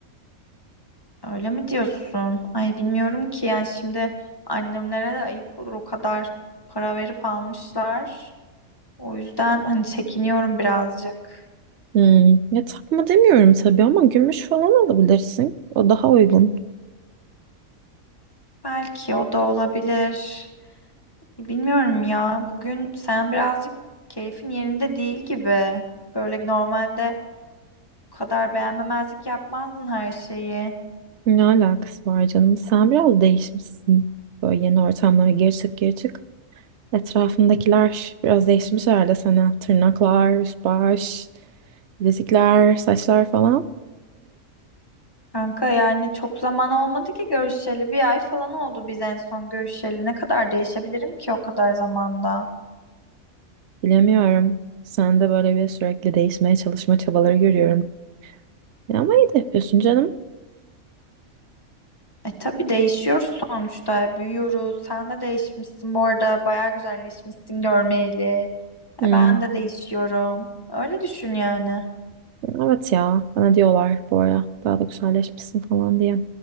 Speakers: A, on the left; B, on the right.
A: Öyle mi diyorsun? Ay bilmiyorum ki yani şimdi annemlere de ayıp olur o kadar para verip almışlar. O yüzden hani çekiniyorum birazcık.
B: Hmm. Ya takma demiyorum tabii ama gümüş falan alabilirsin. O daha uygun.
A: Belki o da olabilir. Bilmiyorum ya. Bugün sen birazcık keyfin yerinde değil gibi. Böyle normalde bu kadar beğenmemezlik yapmazdın her şeyi.
B: Ne alakası var canım? Sen biraz değişmişsin. Böyle yeni ortamlara geri çık geri çık. Etrafındakiler biraz değişmiş herhalde sana. Tırnaklar, üst baş, bilezikler, saçlar falan.
A: Kanka yani çok zaman olmadı ki görüşeli. Bir ay falan oldu biz en son görüşeli. Ne kadar değişebilirim ki o kadar zamanda?
B: Bilemiyorum. Sen de böyle bir sürekli değişmeye çalışma çabaları görüyorum. Ya ama iyi de yapıyorsun canım.
A: E tabii değişiyoruz sonuçta. Büyüyoruz. Sen de değişmişsin bu arada. Bayağı güzelleşmişsin görmeyeli.
B: Hmm.
A: E ben de değişiyorum. Öyle düşün yani.
B: Evet ya. Bana diyorlar bu ara daha da güzelleşmişsin falan diye.